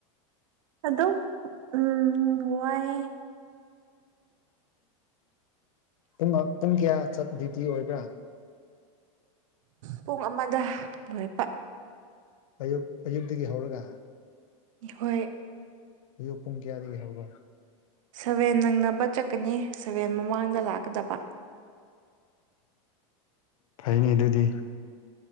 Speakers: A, on the right; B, on the left.
A: ꯑꯗꯨꯝ ꯎꯝ ꯋꯥꯏꯑꯦ
B: ꯄꯨꯡ ꯄꯨꯡ ꯀꯌꯥ ꯆꯠ ꯗ꯭ꯌꯨꯇꯤ ꯑꯣꯏꯕ꯭ꯔꯥ
A: ꯄꯨꯡ ꯑꯃꯗ ꯂꯣꯏꯄ
B: ꯑꯌꯨꯛ ꯑꯌꯨꯛꯇꯒꯤ ꯍꯧꯔꯒ
A: ꯍꯣꯏ
B: ꯑꯌꯨꯛ ꯄꯨꯡ ꯀꯌꯥꯗꯒꯤ ꯍꯧꯕ
A: ꯁꯚꯦꯟ ꯅꯪꯅꯕ ꯆꯠꯀꯅꯤ ꯁꯚꯦꯟ ꯃꯃꯥꯡꯗ ꯂꯥꯛꯀꯗꯕ
B: ꯐꯩꯅꯦ ꯑꯗꯨꯗꯤ